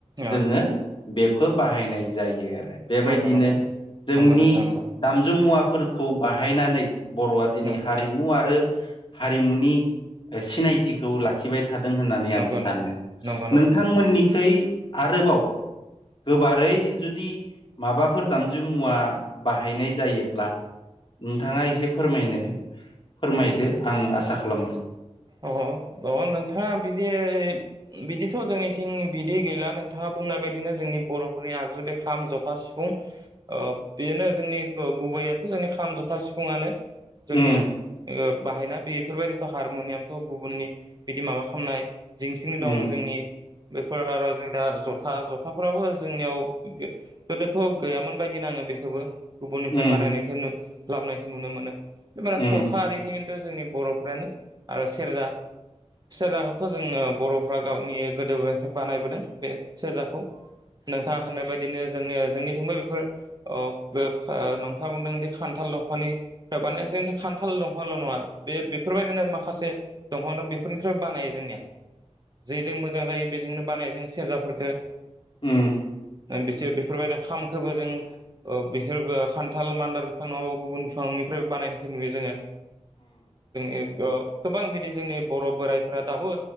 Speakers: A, on the left; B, on the right.
A: जोंङो
B: औ
A: बेखौ बाहायनाय जायो, आरो बेबायदिनो
B: नंगौ नंगौ
A: जोंनि
B: नंगौ नोंथां नंगौ
A: दामजुुमुवाफोरखौ बाहायनानै बर'वा दिनै
B: नंगौ
A: हारिमु आरो हारिमुनि सिनाय थिखौ लाखिबाय थादों होननानै
B: नंगौ
A: आं सानो,
B: नंगौ
A: नोंथांमोननिखै
B: नंगौ नोंथां
A: आरोबाव गोबारै जुदि माबाफोर दामजु मुवा बाहायनाय जायोब्ला नोंथांङा एसे फोरमायनो फोरमायदो आं आसा खालामबाय,
B: अ अ नोंथांङा बिदि बिदिथ' जोंनिथिं बिदि गैला नोंथांङा बुंनाय बायदिनो जोंनि बर'फोरनि आगजु बे खाम, जथा, सिफुं, ओ बेनो जोंनि ओ गुबुं बैयाथ' जोंनि खाम, जथा सिफुंआनो जोंनिया
A: उम
B: ओ बाहायना बेफोरबायदिथ' हारमनियाम थ'' गुबुननि बिदि माबा खामनाय जिंसिं दं
A: उम
B: जोंनि। बेफोर आरो जोंना जथा, जथाफोराबो जोंनियाव गो-गोदोथ' गैयामोन बादि नांङो बेखौबो गुबुननिफ्राय
A: उम
B: बानायनायखो लाबनायखो नुनो मोनो बे माने थरखा
A: उम
B: आरिखो जोंनि बर'फोरानो आरो सेर्जा सेरजाखौथ' जोंङो बर' फोरा गावनि गोदो बानायबोदों बे सेरजाखौ नोंथांङा होननाय बायदिनो जों जोंनिथिंबो बेफोर ओ बे आ नोंथांङा बुंदों खान्थाल दंफांनि <inaudible> जोंनि खान्थाल दंफांल' नंङा बे-बेफोरबायदिनो माखा से दंफां दं बेफोरनिफ्रायबो बानायो जोंनिया जेदों मोजां जायो, बेजोंनो बानायो, जों सेर्जाफोरखो
A: उम
B: बिसोर बेफोरबायदिनो खामखोबो जों ओ बिसोरबो खान्थाल, मान्दार बिफां नंङाबो गुबुन बिफां फ्रायबो बानायनायखौ नुयो, जोंनि बे गोबां बिदि जोंनि बर' बोराइफोरा दाबो